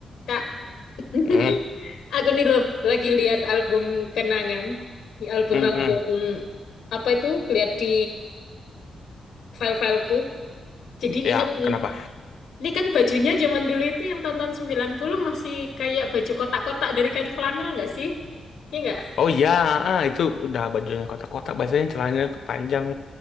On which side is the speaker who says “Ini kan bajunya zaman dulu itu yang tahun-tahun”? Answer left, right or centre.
Left